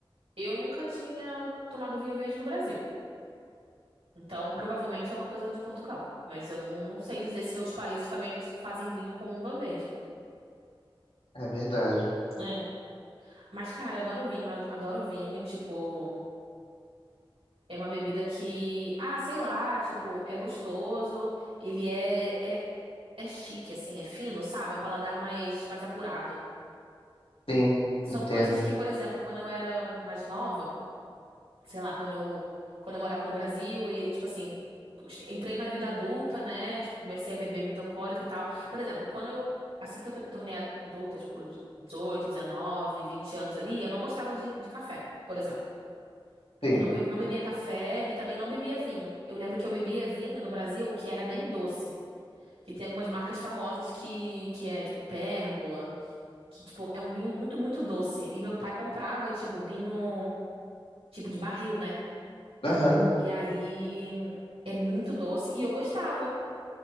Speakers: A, on the right; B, on the left.
A: eu nunca tinha tomado vinho verde no Brasil. Então, provavelmente é uma coisa de Portugal. Mas eu não, não sei dizer se em outros países também fazem vinho com uva verde.
B: É verdade.
A: É. Mas, cara, eu adoro vinho, ad- adoro vinho, tipo, é uma bebida que, ah, sei lá, tipo, é gostoso, ele é, é, é chique, assim, é fino, sabe? É um paladar mais, mais apurado.
B: Sim,
A: São
B: entendo.
A: coisas que, por exemplo, quando eu era mais nova, sei lá, quando eu, quando eu morava no Brasil e, tipo assim, entrei na vida adulta, né? Tipo, comecei a beber bebida alcoólica e tal. Por exemplo, quando eu, assim que eu me tornei adulta, tipo, 18, 19, 20 anos ali, eu não gostava de, de café, por exemplo.
B: Sim.
A: Eu não, be- não bebia café e também não bebia vinho. Eu lembro que eu bebia vinho no Brasil que era bem doce. Que tem algumas marcas famosas que, que é, tipo, Pérgola. Que, tipo, é um vinho muito, muito doce. E meu pai comprava, tipo, vinho, tipo, de barril, né?
B: Aham.
A: E aí é muito doce. E eu gostava.